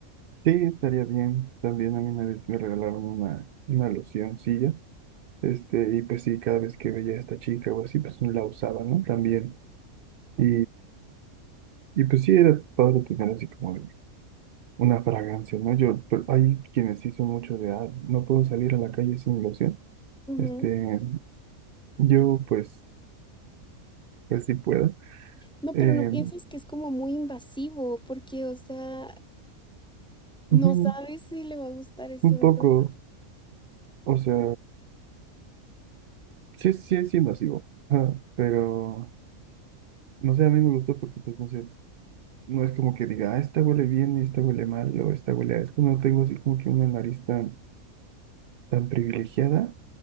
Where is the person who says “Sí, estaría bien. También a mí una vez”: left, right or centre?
Right